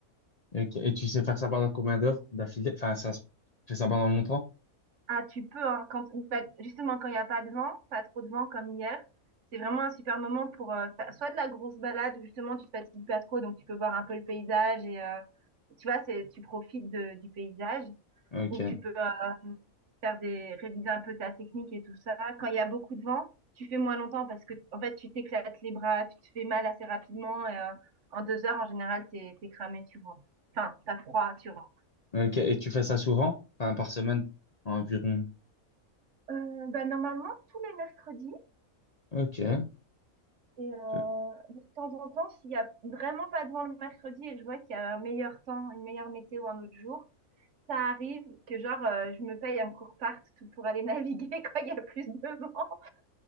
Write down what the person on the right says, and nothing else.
Ah, tu peux, hein, quand, bah, justement, quand il n'y a pas de vent, pas trop de vent comme hier, c'est vraiment un super moment pour euh, faire soit de la grosse balade où justement tu te fatigues pas trop, donc tu peux voir un peu le paysage et euh, tu vois, c'est, tu profites de- du paysage.
où tu peux euh, faire des, réviser un peu ta technique et tout ça. Quand il y a beaucoup de vent, tu fais moins longtemps parce que, en fait, tu t'éclates les bras, tu te fais mal assez rapidement et euh, en deux heures, en général, t'es, t'es cramé, tu rentres. Enfin, t'as froid, tu rentres.
Euh, bah, normalement, tous les mercredis.
Et euh,
de temps en temps, s'il y a vraiment pas de vent le mercredi et que je vois qu'il y a un meilleur temps, une meilleure météo un autre jour, ça arrive que genre euh, je me paye un court part pour aller naviguer <laughs> quand il y a plus de vent.